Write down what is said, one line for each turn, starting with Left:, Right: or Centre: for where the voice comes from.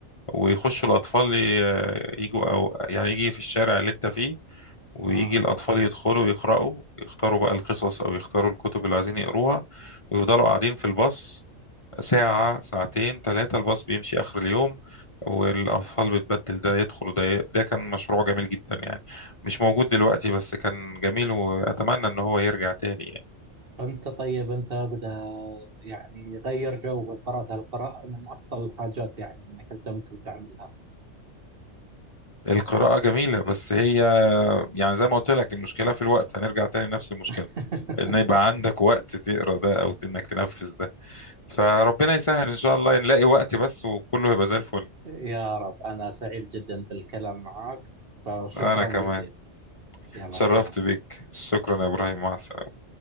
Left: ويخشوا الأطفال ي- يجوا أو يعني يجي في الشارع اللي أنت فيه ويجي
Right: اه
Left: الأطفال يدخلوا يقرأوا يختاروا بقى القصص أو يختاروا الكتب اللي عايزين يقروها ويفضلوا قاعدين في الباص ساعة ساعتين ثلاثة الباص بيمشي آخر اليوم والأطفال بتبدل ده يدخل وده ي... ده كان مشروع جميل جدا يعني مش موجود دلوقتي بس كان جميل وأتمنى إن هو يرجع تاني يعني.
Right: انت طيب انت ابدا يعني غير جو بالقراءة القراءة من افضل الحاجات يعني انك انت ممكن تعملها
Left: القراءة جميلة بس هي يعني زي ما قلت لك المشكلة في الوقت هنرجع تاني لنفس المشكلة
Right: <laughs>
Left: ان يبقى عندك وقت تقرا ده او انك تنفذ ده فربنا يسهل ان شاء الله نلاقي وقت بس وكله يبقى زي الفل
Right: يا رب أنا سعيد جدا بالكلام معك فشكرا
Left: انا كمان
Right: جزيلا يلا
Left: اتشرفت
Right: السلام
Left: بيك شكرا يا ابراهيم مع السلامة